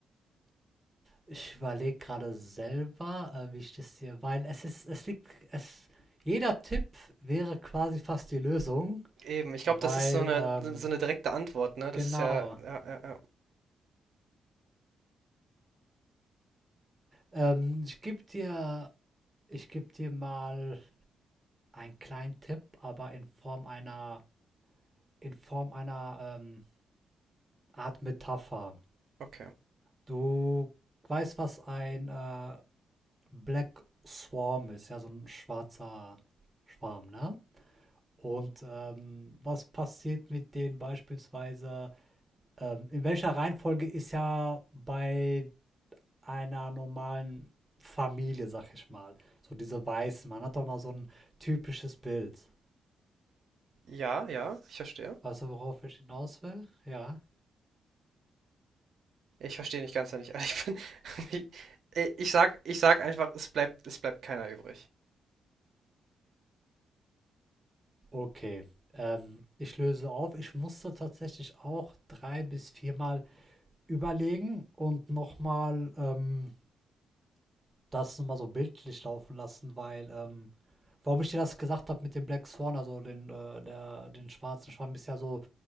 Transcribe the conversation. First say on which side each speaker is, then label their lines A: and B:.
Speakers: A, on the right (about 20°); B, on the right (about 65°).
A: Ich überlege gerade selber, äh, wie ich das hier, weil es ist, es liegt, es, jeder Tipp wäre quasi fast die Lösung,
B: Eben, ich glaube,
A: weil
B: das ist so eine,
A: ähm,
B: so eine direkte Antwort, ne? Das
A: Genau.
B: ist ja, ja, ja, ja,
A: Ähm, ich gebe dir, ich geb dir mal einen kleinen Tipp, aber in Form einer, in Form einer ähm, Art Metapher.
B: okay.
A: Du weißt, was ein äh, Black Swarm ist, ja, so ein schwarzer Schwarm, ne? Und ähm, was passiert mit denen beispielsweise? Ähm, in welcher Reihenfolge ist ja bei einer normalen Familie, sag ich mal. So diese Weißen. Man hat doch mal so ein typisches Bild.
B: Ja, ja, ich verstehe.
A: Weißt du, worauf ich hinaus will? Ja.
B: Ich verstehe nicht ganz, wenn ich ehrlich bin. <laughs> Ich- Ich sag, ich sag einfach, es bleibt, es bleibt keiner übrig.
A: Okay. Ähm, ich löse auf. Ich musste tatsächlich auch drei bis viermal überlegen und nochmal ähm, das nur mal so bildlich laufen lassen, weil, ähm, warum ich dir das gesagt habe mit dem Black Swan, also den, äh, der, den schwarzen Schwamm, ist ja so,